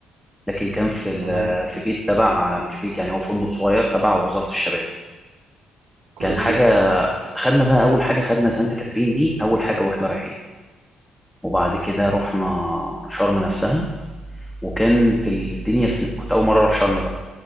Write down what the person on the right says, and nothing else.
تمام
كويس
جدا